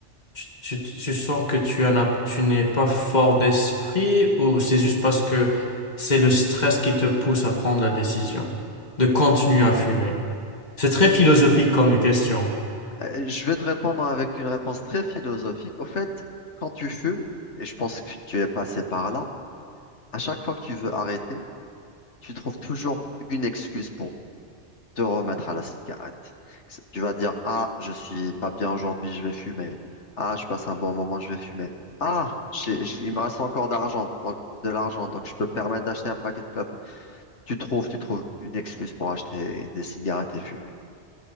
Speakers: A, on the left; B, on the left.
A: tu, tu- tu sens que tu en as- tu n'es pas fort d'esprit ou c'est juste parce que c'est le stress qui te pousse à prendre la décision de continuer à fumer? C'est très philosophique comme question.
B: Euh, Je vais te répondre avec une réponse très philosophique. Au fait, quand tu fumes, et je pense que tu es passé par là, à chaque fois que tu veux arrêter, tu trouves toujours une excuse pour te remettre à la cigarette. C'est- Tu vas dire, ah, je suis pas bien aujourd'hui, je vais fumer. Ah, je passe un bon moment, je vais fumer. Ah, j'ai- j'ai- il me reste encore d'argent, donc- de l'argent, donc je peux me permettre d'acheter un paquet de clopes. Tu trouves, tu trouves une excuse pour acheter des cigarettes et fumer.